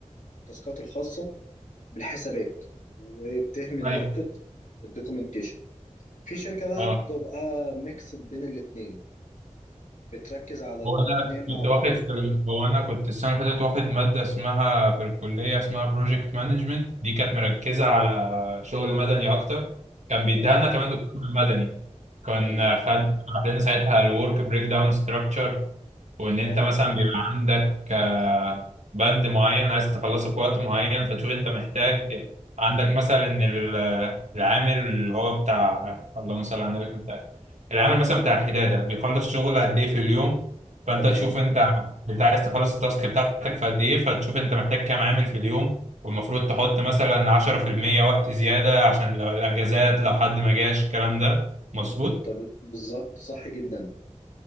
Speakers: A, on the left; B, on the right.
A: التاسكات الخاصة بالحسابات وبتهمل
B: ايوه
A: نقطة الدوكيومنتيشن في شركة بقى
B: اه
A: بتبقى ميكس بين الاتنين بتركز على الاتنين
B: هو انا كنت
A: مع بعض
B: واخد في ال- هو انا كنت السنه اللي فاتت واخد ماده اسمها في الكليه اسمها بروجكت مانجمنت دي كانت مركزه على شغل مدني اكتر كان بيديها
A: تمام
B: لنا كمان دكتور مدني كان
A: تمام
B: خد شرح لنا ساعتها الورك بريك داون ستراكشر وان انت
A: اه
B: مثلا بيبقى عندك آه، بند معين عايز تخلصه في وقت معين فتشوف انت محتاج عندك مثلا ان ال- العامل اللي هو بتاع اللهم صل على النبي كنت العامل مثلا بتاع الحداده بيخلص شغل قد ايه في اليوم فانت
A: تمام
B: تشوف انت انت عايز تخلص التاسك بتاعتك في قد ايه فتشوف انت محتاج كام عامل في اليوم والمفروض تحط مثلا 10% وقت زياده عشان لو الاجازات لو حد ما جاش الكلام ده مظبوط
A: والطب- بالظبط صح جدا